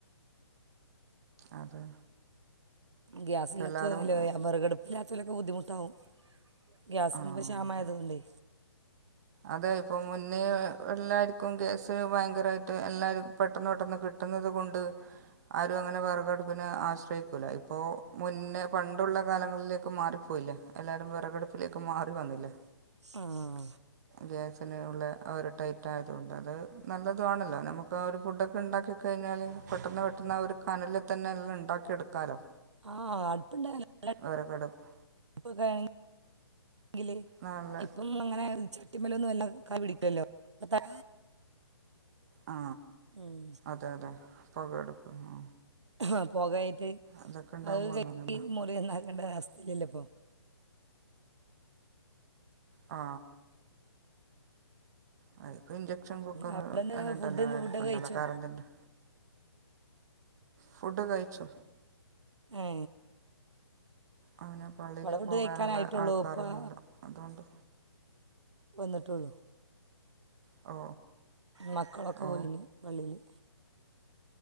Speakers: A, on the right; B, on the right.
A: അതെ
B: ഗ്യസില്ലാത്തൊന്നുല്ല
A: എല്ലാവരും
B: വെ വിറകടുപ്പില്ലാത്ത ത്തിലൊക്കെ ബുദ്ധിമുട്ടാവും ഗ്യാസിന്
A: ആ
B: ഇപ്പ ക്ഷാമായതുകൊണ്ടേ
A: അതെ ഇപ്പൊ മുന്നേ എല്ലാർക്കും ഗ്യസ് ഭയങ്കരമായിട്ട് എല്ലാരും പെട്ടന്ന് പെട്ടെന്ന് കിട്ടുന്നത് കൊണ്ട് ആരും അങ്ങനെ വിറകടുപ്പിനെ ആശ്രയിക്കൂല ഇപ്പൊ മുന്നേ പണ്ടുള്ള കാലങ്ങളിലേക്ക് മാറിപ്പോയില്ലേ എല്ലാരും വിറകടുപ്പിലേക്ക് മാറി വന്നില്ലേ
B: ഉം
A: ഗ്യാസിനുള്ള ഒരു ടൈറ്റായതുകൊണ്ട് അത് നല്ലതു ആണല്ലോ നമുക്ക് ആ ഒരു ഫുഡൊക്കെ ഉണ്ടാക്കി കഴിഞ്ഞാൽ പെട്ടെന്ന് പെട്ടെന്ന് ആ ഒരു കനലിൽ തന്നെ എല്ലാം ഉണ്ടാക്കിയെടുക്കാമല്ലോ
B: ആ അട്പ്പ്ണ്ടായ ല്ല
A: വിറകടുപ്പ്
B: ഖാണ് ങ്കില്
A: നല്ല
B: ഇപ്പം അങ്ങനെ ചട്ടിമേലൊന്നും വെല്ലാ ക പിടിക്കല്ലോ ത
A: ആ
B: ഉം.
A: അതെ അതെ പുക അടുപ്പ് ആ
B: ഹാ പോകായി ത്
A: അതൊക്കെ ഉണ്ടാകുമ്പോൾ
B: അത് കെ
A: അങ്ങനെയല്ലേ
B: മുറി ഒന്നായിറ്റ് ങ്ങണ്ട രഅവസ്ഥല്ലല്ലോ ഇപ്പോ
A: ആ അ ഇപ്പ ഇൻഞ്ചക്ഷൻ കുക്കറ്
B: അവിടെ നിന്ന്
A: അതെണ്ടല്ലോ
B: ഫുഡ്
A: ആ അട്പ്പ്ണ്ടല്ലോ
B: ഫുഡൊക്കെ കഴിച്ചോ
A: കറൻ്റിന്റെ ഫുഡ് കഴിച്ചു
B: ഏ
A: അങ്ങനെ പള്ളിയില്
B: അവിടെ ഫുഡ്
A: പോകാനുള്ള
B: കഴിക്കാനായിട്ടുള്ളൂ
A: ആൾക്കാരൊന്നുല്ല
B: ഇപ്പം
A: അതുകൊണ്ട്
B: വന്ന്ട്ടൊള്ളു
A: ഓ
B: മക്കളൊക്കെ
A: ഓ
B: പോയിനി പള്ളീല്